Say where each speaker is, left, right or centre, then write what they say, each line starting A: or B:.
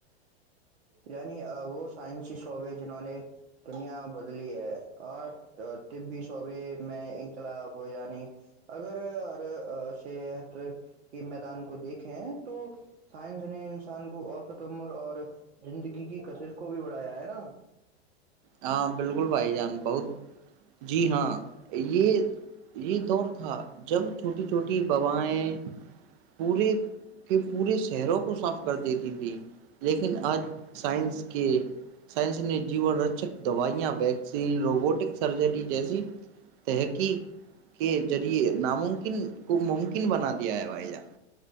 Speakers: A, on the right; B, on the right.
A: یعنی وہ سائنسسٹ ہو گئے جنہوں نے دنیا بدلی ہے <unintelligible> طبی صوبے میں انقلاب یعنی اگر ہر صحت کے میدان کو دیکھیں تو سائنس نے انسان کو اوسط عمر اور زندگی کی کشش کو بھی بڑھایا ہے نا
B: ہاں بالکل بھائی جان بہت جی ہاں یہ یہ دور تھا جب چھوٹی چھوٹی بابائے پورے کے پورے شہروں کو صاف کرتی تھیں جی لیکن آج سائنس کے سائنس نے جیون رکشہ دوائیاں ویکسین روبوٹک سرجری جیسی تحقیق کے ذریعے ناممکن کو ممکن بنا دیا ہے بھائی جان